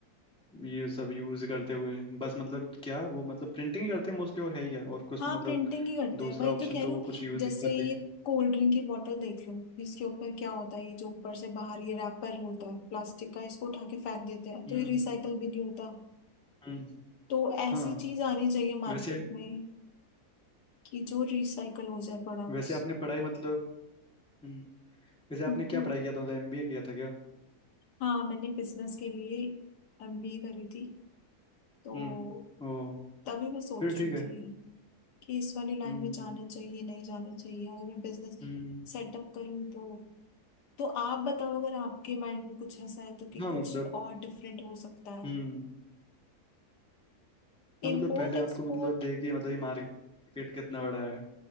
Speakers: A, in the centre; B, on the left (about 85°).
A: ये सब यूज करते हुए बस मतलब क्या वो मतलब प्रिंटिंग ही करते हैं मोस्टली और है ही क्या और कुछ
B: हाँ
A: तो मतलब
B: प्रिंटिंग ही करते
A: दूसरा
B: हैं वही
A: ऑप्शन
B: तो कह
A: तो
B: रही हूँ
A: वो कुछ यूज
B: जैसे
A: ही करते
B: ये
A: ही
B: कोल्ड ड्रिंक की बोतल देख लो इसके ऊपर क्या होता है ये जो ऊपर से बाहर ये रैपर होता है प्लास्टिक का इसको उठा के फेंक देते हैं तो
A: नहीं
B: ये
A: हम्म
B: रिसाइकल भी नहीं होता
A: हम्म
B: तो ऐसी
A: हाँ
B: चीज आनी चाहिए मार्केट
A: वैसे
B: में कि जो रिसाइकल हो जाए प्रोडक्ट्स
A: वैसे आपने पढ़ाई मतलब हम्म, वैसे आपने
B: हम्म,
A: क्या पढ़ाई किया था मतलब एमबीए किया था क्या
B: हाँ मैंने बिजनेस के लिए एमबीए करी थी तो
A: हम्म ओ
B: तभी मैं सोच
A: फिर ठीक
B: रही
A: है
B: थी कि इस वाली लाइन
A: हम्म
B: में जाना चाहिए नहीं जाना चाहिए अगर मैं बिजनेस
A: हम्म
B: सेटअप करूँ तो तो आप बताओ अगर आपके माइंड में कुछ ऐसा है तो कि
A: हाँ
B: कुछ
A: मतलब
B: और डिफरेंट हो सकता है
A: हम्म हाँ
B: Import
A: मतलब पहले
B: export
A: आपको मतलब देखिए मतलब ये मार्केट कितना बड़ा है